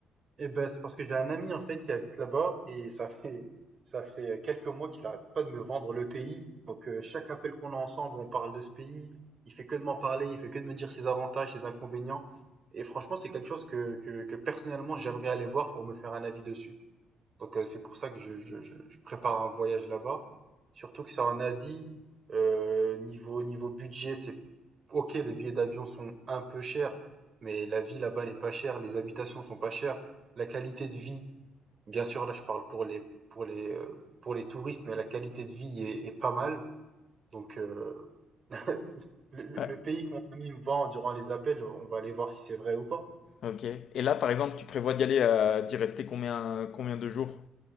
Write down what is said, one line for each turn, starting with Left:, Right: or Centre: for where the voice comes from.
Right: Eh ben, c'est parce que j'ai un ami en fait qui habite là-bas et ça fait ça fait quelques mois qu'il arrête pas de me vendre le pays. Donc euh, chaque appel qu'on a ensemble, on parle de ce pays. Il fait que de m'en parler, il fait que de me dire ses avantages, ses inconvénients. Et franchement, c'est quelque chose que, que, que personnellement j'aimerais aller voir pour me faire un avis dessus. Donc, heu, c'est pour ça que je je je je prépare un voyage là-bas. Surtout que c'est en Asie, heu, niveau niveau budget, c'est OK, les billets d'avion sont un peu chers, mais la vie là-bas n'est pas chère, les habitations sont pas chères, la qualité de vie, bien sûr, là, je parle pour les pour les, heu, pour les touristes, mais la qualité de vie est est pas mal. Donc, heu, <laughs> le le
Left: Ouais,
Right: le pays que mon ami me vend durant les appels, on va aller voir si c'est vrai ou pas.
Left: ok. Et là, par exemple, tu prévois d'y aller, euh, d'y rester combien, combien de jours?